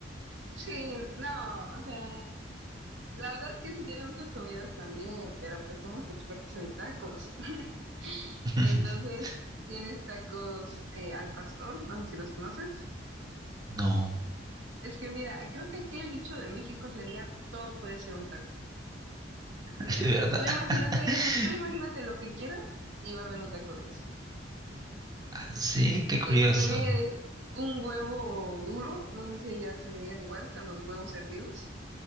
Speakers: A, on the right (about 85°); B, on the right (about 20°).
A: Sí, no, o sea, la verdad que sí tiene muchas comidas también, pero pues somos expertos en tacos. <laughs>
B: <laughs>
A: Entonces, tienes tacos eh, al pastor, no sé si los conoces.
B: No,
A: Es que mira, creo que aquí el dicho de México sería todo puede ser un taco, literal.
B: es de verdad.
A: Tú imagínate,
B: <laughs>
A: tú imagínate lo que quieras y va a haber un taco de eso.
B: Ah, Sí, qué curioso.
A: que tiene un huevo duro, no sé si ya se le digan igual que a los huevos hervidos.